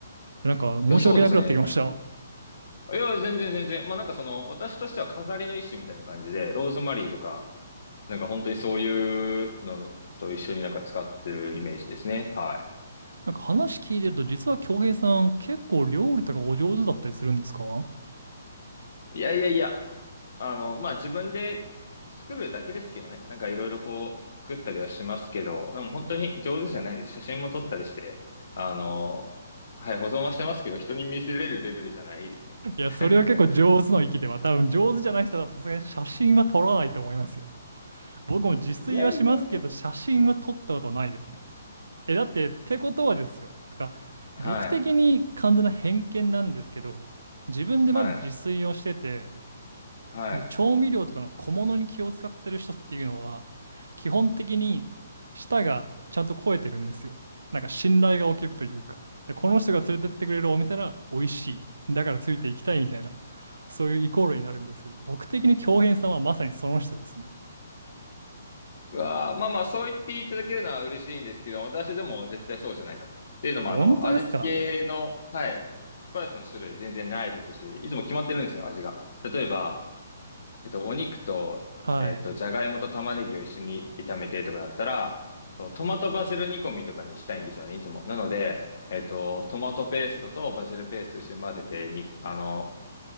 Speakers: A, on the right (about 70°); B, on the left (about 55°).
A: なんか申し訳なくなってきました。
B: いや、そうですね。いや、全然全然。まあなんかその、私としては飾りの一種みたいな感じで、ローズマリーとか、なんか本当にそういうのと一緒になんか使ってるイメージですね。は
A: なんか話聞いてると、実は京平さん、結構料理とかお上手だったりするんですか
B: い。いやいやいや。あの、まあ、自分で作るだけですけどね。なんかいろいろこう、作ったりはしますけど、でも本当に上手じゃないです。写真も撮ったりして、あの、はい、保存はしてますけど、人に見せれるレベルじゃないですね。
A: いや、
B: <laughs>
A: それは結構上手の域では、多分上手じゃない人はさすがに写真は撮らないと思いますよ。僕も自炊はしますけど、
B: いやいやいや。
A: 写真は撮ったことないですね。え、だって、ってことはですよ。てか、
B: はい、
A: 僕的に完全な偏見なんですけど、自分でまず自炊をしてて、
B: はい、はい。
A: で、調味料とかの小物に気を使ってる人っていうのは、基本的に舌がちゃんと肥えてるんですよ。なんか信頼が起きるというか。で、この人が連れてってくれるお店なら美味しい。だからついていきたいみたいな、そういうイコールになるんですけど、僕的に京平さんはまさにその人ですね。
B: うわあ、まあまあ、そう言っていただけるのは嬉しいんですけど、私でも絶対そうじゃないと思います。っていうのも、
A: 本当ですか
B: あの、味付けの、はい、スパイスの種類全然ないですし、いつも決まってるんですよ、味が。例えば、えっと、お肉と、
A: はい。
B: えっと、じゃがいもと玉ねぎを一緒に炒めてとかだったら、そうトマトバジル煮込みとかにしたいんですよね、いつも。なので、えっと、トマトペーストとバジルペースト一緒に混ぜてに、あの、